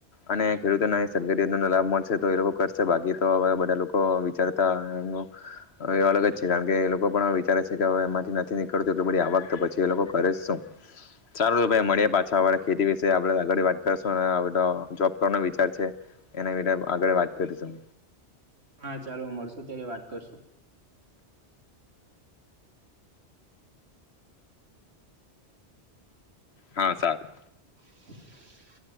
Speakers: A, on the left; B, on the right.
A: અને ખેડૂતોને સબ લાભ મળશે તો એ લોકો કરશે બાકી તો હવે બધા લોકો વિચારતા એ એ અલગ જ છે કારણ કે એ લોકો પણ વિચારે છે કે હવે એમાંથી નથી નીકળતું એટ બધી આવક તો પછી એ લોકો કરેું સારું ભાઈ મળ પાછાળ ખેતી વિશે આપ આગળ વાત કરીશું જોબ નો વિચાર છે એના વિ આગળ વાત કરીશું
B: હા ચાલો મળશુ ત્યારે વાત કરશું
A: હા સારું
B: <inaudible>